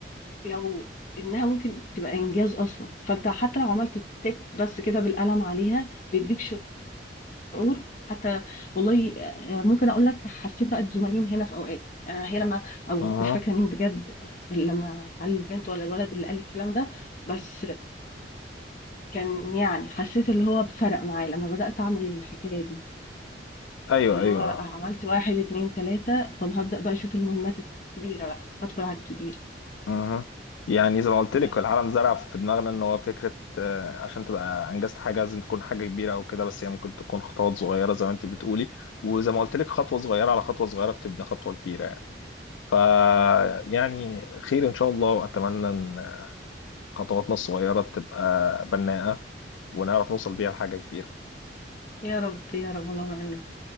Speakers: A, on the left; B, on the left.
A: لو انها ممكن تبقى انجاز اصلا فانت حتى لو عملت التك بس كده بالقلم عليها بيديك شعور حتى والله آه، آه، ممكن اقول لك حسيت بقى بزملائين هنا في اوقات آه، هي لما او
B: اها
A: مش فاكره مين بجد آه، لما هل البنت ولا الولد اللي قال الكلام ده بس كان يعني حسيت اللي هو بفرق معايا لما بدات اعمل الحكايه دي
B: ايوه
A: اللي
B: ايوه
A: هو آه، عملت واحد اتنين تلاته طب هبدا بقى اشوف المهمات الكبيره بقى هدخل على الكبير
B: اها يعني زي ما قلت
A: بقى.
B: لك العالم زرع في دماغنا ان هو فكره آه، عشان تبقى انجزت حاجه لازم تكون حاجه كبيره او كده بس هي ممكن تكون خطوات صغيره زي ما انت بتقولي وزي ما قلت لك خطوه صغيره على خطوه صغيره بتبني خطوه كبيره يعني ف يعني خير ان شاء الله واتمنى ان خطواتنا الصغيره تبقى بناءه ونعرف نوصل بيها لحاجه كبيره
A: يا رب يا رب اللهم امين